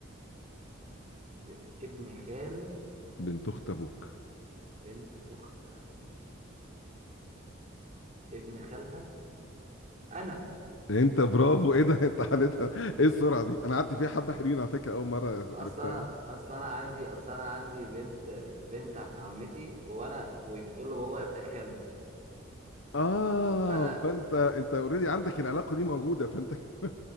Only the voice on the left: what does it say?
بنت اخت ابوك
انت برافو ايه ده <laughs> انت حالتها ايه السرعه دي انا قعدت فيها حبه حلوين على فكره اول مره
عرفتها يعني.
اه
فانت انت اوريدي عندك العلاقه دي موجوده فانت <laughs>